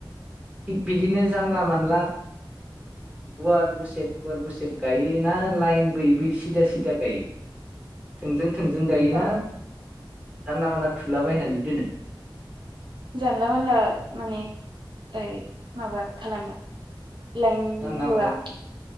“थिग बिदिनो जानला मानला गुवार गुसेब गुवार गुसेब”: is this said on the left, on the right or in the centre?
Right